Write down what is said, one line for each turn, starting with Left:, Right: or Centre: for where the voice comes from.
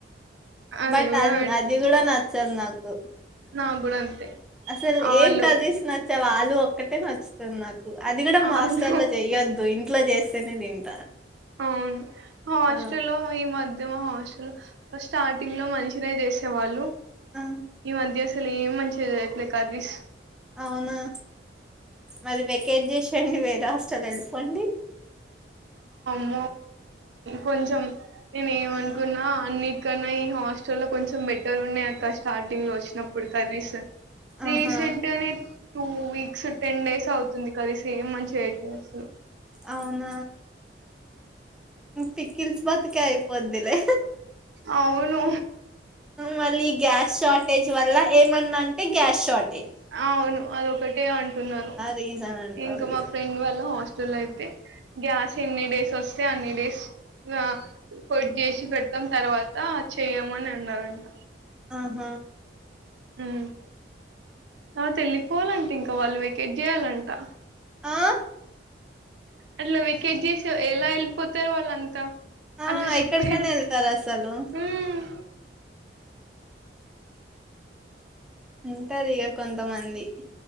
Right: అది
Centre: బట్
Right: కూడా
Centre: అ
Right: పెట్-
Centre: అది కూడా నచ్చదు నాకు
Right: నాకు కూడా అంతే
Centre: అసలు ఏం
Right: ఆలు
Centre: కర్రీస్ నచ్చవు ఆలు ఒక్కటే నచ్చుతుంది నాకు అది కూడా మా
Right: ఆలు
Centre: హాస్టల్ లో చెయొద్దు ఇం ఇంట్ల చేస్తేనే తింటా
Right: అవును హాస్టల్లో
Centre: ఆ
Right: ఈ మధ్య మా హాస్టల్ స్టార్టింగ్ లో మంచిగా మంచిగానే చేసే వాళ్ళు
Centre: ఆ
Right: ఈ మధ్య అసలేం మంచి చేయట్లే కరీస్
Centre: అవునా మరీ వెకేట్ చేసి చండి వేర హస్టలు వెళ్ళిపోండి
Right: అ కొంచెం నేను ఏం
Centre: ఆ
Right: అనుకున్నా అన్ని ఇక్కనయి ఈ హాస్టల్ లో కొంచెం బెటర్ ఉన్నాయి అక్క స్టార్టింగ్ లో వచ్చినప్పుడు కర్రీస్ రీసెంట్
Centre: ఆహా
Right: నేన్ టూ వీక్స్ టెన్ డేస్ అవుతుంది కది సేమ్ మంచి ఎట్ల వస్తయి
Centre: అవున పికిల్స్ బత్కె అయిపోద్ది లె
Right: ఆవును
Centre: మళ్ళీ గ్యాస్ షార్టేజ్ వల్ల ఏమన్నా అంటే గ్యాస్ షార్ట్
Right: అవును అదొకటే అంటున్నారు
Centre: రీజన్ అంటారు
Right: ఇంక మా
Centre: ఇగ
Right: ఫ్రెండ్ వాళ్ళ హాస్టల్ జూలై అయితే గ్యాస్ ఎన్ని డేస్ వస్త అయితే అన్ని డేస్ ఇగ ఫుడ్ చేసి పెడ్తాం తర్వాత త చెయ్యమని అన్నారంట
Centre: ఆహ
Right: ఊహ్ తర్వత ఎల్లిపోవాలంటే ఇంక తొ వాల్లు వ్యాకేట్ చేయాలంటా
Centre: ఆ
Right: అట్ల వ్యాకేట్ చేసె ఎలా వెళ్ళిపోతరు వాళ్ళంతా
Centre: ఆ
Right: అట్లా చెప్తే
Centre: ఎక్కడకనేళ్తదసలు
Right: ఉమ్
Centre: ఉంటారు ఇగ కొంత మంది